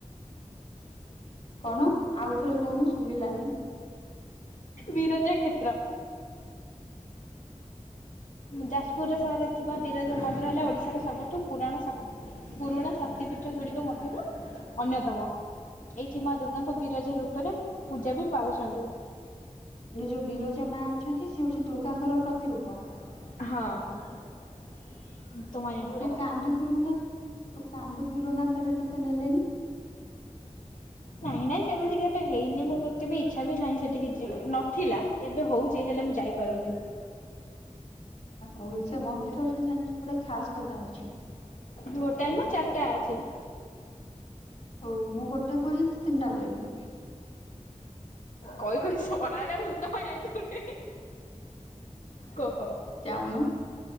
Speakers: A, on the left (about 55°); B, on the left (about 80°).
A: କଣ ଆଉଥରେ କହୁନୁ ଶୁଭିଲାନି।
B: ବିରଜା କ୍ଷେତ୍ର। ଯାଜପୁର ସହରରେ ଥିବା ବିରଜା ମନ୍ଦିର ହେଲା ଓଡ଼ିଶାର ସବୁଠୁ ପୁରାଣ ଶାସ୍ ପୁରୁଣା ଶକ୍ତି ପୀଠ ଗୁଡ଼ିକ ମଧ୍ୟରୁ ଅନ୍ୟତମ। ଏଇଠି ମା ଦୁର୍ଗାଙ୍କ ବିରଜା ରୂପରେ ପୂଜା ବି ପାଉଛନ୍ତି।
A: ମାନେ ଯୋଉ ବିରଜା ମା ଅଛନ୍ତି ସେ ହେଉଛି ଦୁର୍ଗାଙ୍କର ପ୍ରତିରୂପ।
B: ହଁ। ତମ ଆଇଲାଣି
A: ହ
B: ପରେ
A: ତୁ କାନ୍ଦୁ ଥିଲୁ ନା ତୁ କାନ୍ଦୁ ଥିଲୁ ନା ତାହାଲେ ତୋତେ ନେଲେନି।
B: ନାଇଁ ନାଇଁ ସେମିତି କେବେ ହେଇନି ମୁଁ ଏତେ ଇଚ୍ଛା ବି ନାହିଁ ସେଠିକି ଯିବା ନଥିଲା। ଏବେ ହୋଉଚି ହେଲେ ମୁଁ ଯାଇପାରୁନି।
A: ହୋଉ ସେ ମନ୍ଦିରରେ ଜାଣିଛୁ ଗୋଟେ ଖାସ୍ କଥା ଅଛି।
B: ଗୋଟାଏ ନୁହଁ ଚାରିଟା ଅଛି।
A: ହୋଉ ମୁଁ ଗୋଟେ କହୁଛି ତୁ ତିନିଟା କହିବୁ।
B: କଇ କଇ ସରା ନା ମୁଁ ତ ମାଇଲାଣି ଜୋରେ। କ କହ।
A: ଯାଉନୁ